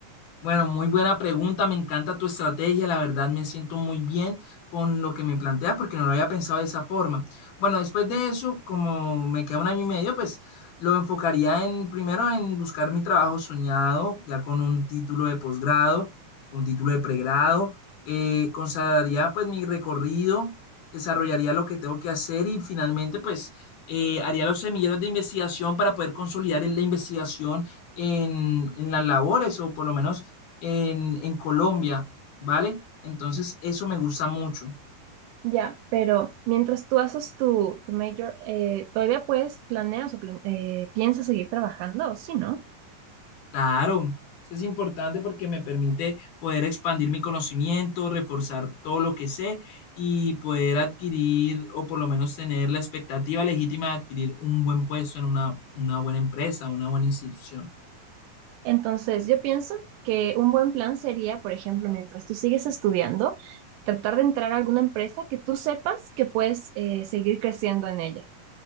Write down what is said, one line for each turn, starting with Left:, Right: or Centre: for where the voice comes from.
Left: Bueno, muy buena pregunta, me encanta tu estrategia, la verdad me siento muy bien con lo que me planteas porque no lo había pensado de esa forma. Bueno, después de eso, como me queda un año y medio, pues lo enfocaría en primero en buscar mi trabajo soñado, ya con un título de posgrado, un título de pregrado, eh, consagraría pues mi recorrido, desarrollaría lo que tengo que hacer y finalmente pues eh, haría los semilleros de investigación para poder consolidar la investigación en, en las labores o por lo menos en, en Colombia, ¿vale? Entonces, eso me gusta mucho.
Right: Ya, pero mientras tú haces tu, tu major, eh, ¿todavía puedes planeas o plan- eh, piensas seguir trabajando o sí, no?
Left: Claro, eso es importante porque me permite poder expandir mi conocimiento, reforzar todo lo que sé y poder adquirir o por lo menos tener la expectativa legítima de adquirir un buen puesto en una, una buena empresa, una buena institución.
Right: Entonces yo pienso que un buen plan sería, por ejemplo, mientras tú sigues estudiando, tratar de entrar a alguna empresa que tú sepas que puedes eh, seguir creciendo en ella.